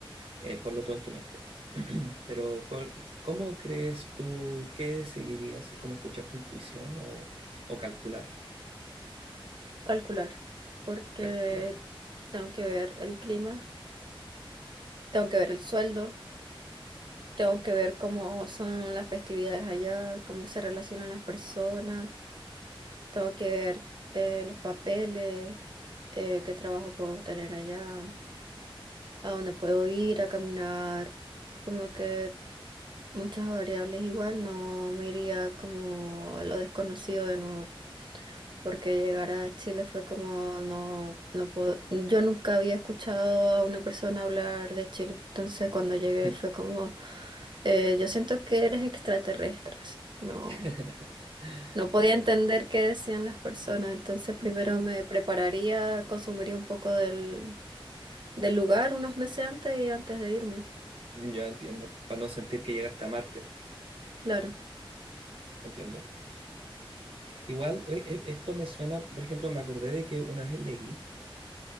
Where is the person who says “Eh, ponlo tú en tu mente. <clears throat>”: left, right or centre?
Right